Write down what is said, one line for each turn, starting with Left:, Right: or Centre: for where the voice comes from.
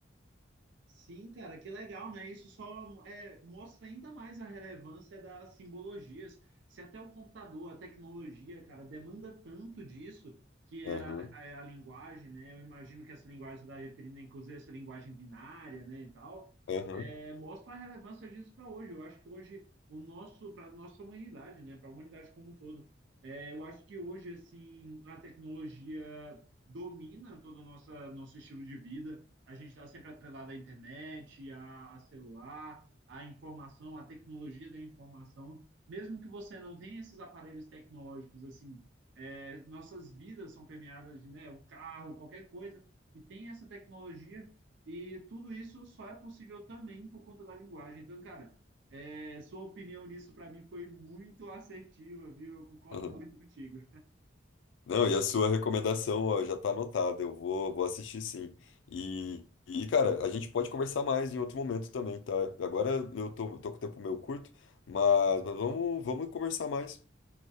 Right: Sim, cara, que legal, né? Isso só é, mostra ainda mais a relevância das simbologias. Se até o computador, a tecnologia, cara, demanda tanto disso, que é
Left: Aham,
Right: a, a, é a linguagem, né? Eu imagino que essa linguagem você está referindo, inclusive, essa linguagem binária, né, e tal,
Left: aham,
Right: é, mostra a relevância disso para hoje. Eu acho que hoje o nosso, para nossa humanidade, né, para a humanidade como um todo, É, eu acho que hoje, assim, a tecnologia domina todo o nosso, nosso estilo de vida a gente está sempre atrelado à internet, a, a celular, à informação, à tecnologia da informação. Mesmo que você não tenha esses aparelhos tecnológicos, assim, é, nossas vidas são permeadas de, né, o carro, qualquer coisa que tem essa tecnologia, e tudo isso só é possível também por conta da linguagem. Então, cara, é, sua opinião nisso para mim foi muito assertiva, viu? Eu concordo
Left: aham.
Right: muito contigo.
Left: Não, e a sua recomendação, ó, já tá anotada. Eu vou, vou assistir sim. E, e, cara, a gente pode conversar mais em outro momento também, tá? Agora eu tô, tô com o tempo meio curto, mas, mas vamos, vamos conversar mais.